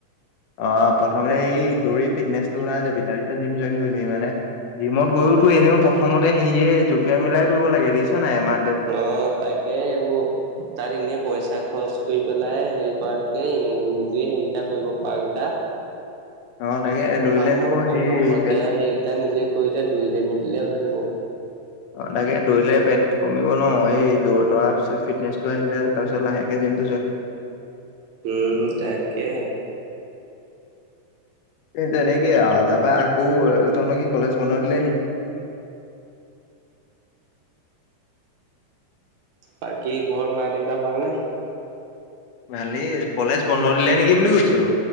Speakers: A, on the left; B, on the right.
A: অ' প্ৰথমতে সেই দৌৰি ফিটনেচ টো বনাই ল'বি তাৰ জিম জইন কৰিবি, মানে জিমত গৈওতো এনেও প্ৰথমতে সেয়ে জঁপিয়াই মেলাই কৰিব লাগে দেখিছ নাই। এমা
B: তই তাকে এইবোৰ তাত এনেই পইচা খৰচ কৰি পেলাই হেৰি কৰাতকে নিজে সেইকেইটা কৰিব পাৰকেইটা
A: অ তাকে
B: প্ৰথম-
A: দৌৰিলেতো
B: প্ৰথম
A: সেই
B: পৰ্যয়ায়ৰ
A: পেট
B: সেইকেইটা নিজে কৰিলে দুইলে মেলিলে হৈ যাব।
A: অ' তাকে দৌৰিলে পেট কমিব ন, সেই দৌ দৌৰাৰ পিছত ফিটনেচটো আহিলে তাৰপিছত লাহেকে জিম
B: উম, তাকে
A: তেনেকে আৰু তাৰাপা আকৌ তনকি কলেজ বনাই দিলে নেক <inaudible>
B: বাকী ঘৰ মা দেউতা ভালনে?
A: ভালেই, কলেজ বন্ধ দিলে নেকি বুলি সুধিছো?